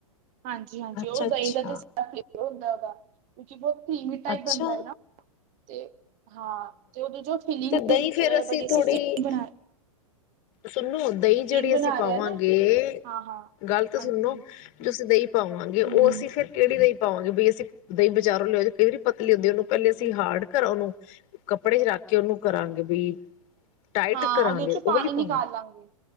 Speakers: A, on the right; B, on the left.
A: ਹਾਂਜੀ- ਹਾਂਜੀ
B: ਅੱਛਾ
A: ਉਹ ਦਹੀ
B: ਅੱਛਾ
A: ਦਾ ਤੁਸੀ ਪਹਿਲੇ ਹੀ। <unintelligible> <unintelligible> ਕ੍ਰੀਮੀ ਟਾਈਪ
B: ਅੱਛਾ
A: ਬਣਦਾ ਹੈ ਨਾ ਤੇ ਹਾਂ ਤੇ ਉਹ ਜੋ ਅਸੀਂ ਫੀਲਿੰਗ
B: ਤੇ ਦਹੀਂ ਫੇਰ ਅਸੀਂ ਥੋੜ੍ਹੀ
A: ਬਣਾਣੀ
B: ਸੁਣੋ ਦਹੀਂ ਜਿਹੜੀ
A: ਬਣਾ
B: ਅਸੀ ਪਾਵਾਂਗੇ
A: ਰਹੇ ਨਾ ਹਾਂ ਹਾਂ
B: ਗਲ ਤ
A: ਹਾਂਜੀ
B: ਸੁਣੋ ਜੋ ਅਸੀ ਦਹੀ ਪਾਵਾਂਗੇ
A: ਹੂੰ
B: ਉਹ
A: ਹੂੰ
B: ਅਸੀ ਫਿਰ ਕਿਹੜੀ ਲਈ ਪਾਵਾਂਗੇ ਬਈ ਅਸੀਂ ਦਹੀਂ ਬਜ਼ਾਰੋਂ ਲਿਆ ਕੇ ਕਈ ਵਾਰੀ ਪਤਲੀ ਆਉਂਦੇ ਉਹਨੂੰ ਪਹਿਲੇ ਅਸੀਂ ਹਾਰਡ ਕਰਾਂ ਉਹਨੂੰ ਕੱਪੜੇ ਰੱਖ ਕੇ ਉਹਨਾਂ ਨੂੰ ਕਰਾਂਗੇ ਉਹਨਾਂ ਨੂੰ ਬਈ, ਟਾਈਟ
A: ਹਾਂ
B: ਕਰਾਂਗੇ
A: ਉਹਦੇ ਚ
B: ਉਹ
A: ਪਾਣੀ
B: ਵਾਲੀ
A: ਨੀ
B: ਪਾਵਾਂ
A: ਨਿਕਾਲ ਨਿਕਾਲ ਲਾਗੇ